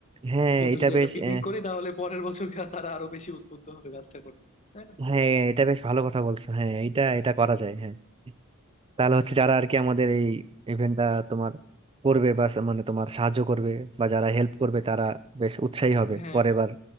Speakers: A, on the right; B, on the left.
A: হ্যাঁ
B: যত
A: এটা
B: যদি
A: বেশ
B: এটা পিকনিক
A: আহ,
B: করি তাহলে পরের বছর গা- তারা আরো বেশি উদ্বুদ্ধ হবে কাজটা করতে তাই না
A: হ্যাঁ এটা বেশ ভালো কথা বলছো হ্যাঁ এটা এটা করা যায় হ্যাঁ তাহলে হচ্ছে যারা আর কি আমাদের এই ইভেন্টটা তোমার করবে বা সা- মানে তোমার সাহায্য করবে বা যারা হেল্প করবে তারা বেশ উৎসাহী হবে
B: হ্যাঁ
A: পরের
B: হ্যাঁ
A: বার